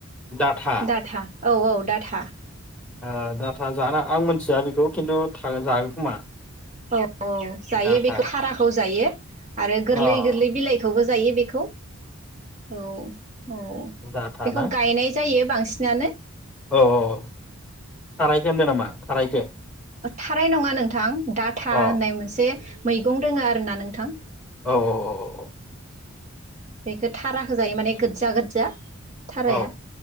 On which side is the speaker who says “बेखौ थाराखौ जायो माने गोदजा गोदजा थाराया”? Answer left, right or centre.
Right